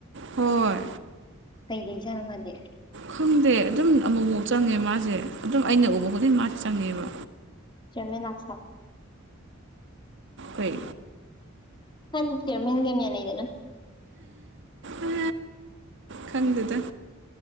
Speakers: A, on the right (about 60°); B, on the left (about 25°).
A: ꯍꯣꯏ
B: ꯀꯩ ꯂꯩꯖꯥꯅꯣ ꯃꯥꯗꯤ
A: ꯈꯪꯗꯦ ꯑꯗꯨꯝ ꯑꯃꯨꯛ ꯑꯃꯨꯛ ꯆꯪꯉꯦ ꯃꯥꯁꯦ ꯑꯗꯨꯝ ꯑꯩꯅ ꯎꯕ ꯈꯨꯗꯤꯡ ꯃꯥꯁꯦ ꯆꯪꯉꯦꯕ
B: ꯃꯦꯟꯅ ꯑꯁꯥ
A: ꯍꯣꯏ
B: ꯍ ꯅꯤꯡꯠꯇꯦꯔ ꯃꯦꯃꯤꯌꯥꯅꯦꯗꯦꯅ
A: ꯑ ꯈꯪꯗꯦꯗ